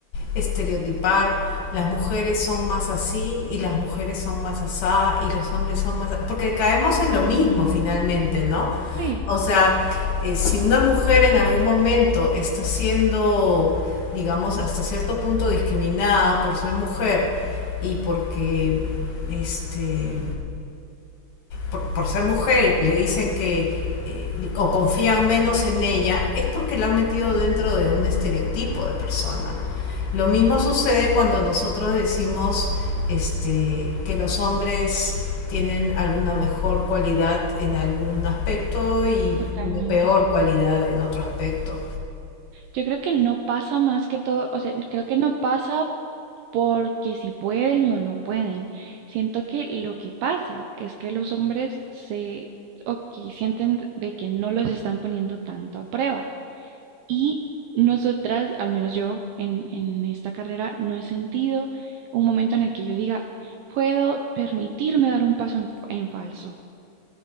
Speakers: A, on the left; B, on the right.
A: estereotipar, las mujeres son más así y las mujeres son más asá y los hombres son más... Porque caemos en lo mismo finalmente, ¿no?
B: Sí,
A: O sea, eh, si una mujer en algún momento está siendo, digamos, hasta cierto punto discriminada por ser mujer, y porque este por, por ser mujer le dicen que eh, o confían menos en ella es porque la han metido dentro de un estereotipo de persona. Lo mismo
B: sí,
A: sucede cuando nosotros decimos este, que los hombres tienen alguna mejor cualidad en algún aspecto y
B: totalmente.
A: una peor cualidad en otro aspecto.
B: Yo creo que no pasa más que todo, o sea, creo que no pasa porque si pueden o no pueden. Siento que lo que pasa es que los hombres se, ok, sienten de que no los están poniendo tanto a prueba. Y nosotras, al menos yo en, en esta carrera, no he sentido un momento en el que yo diga, puedo permitirme dar un paso en, en falso.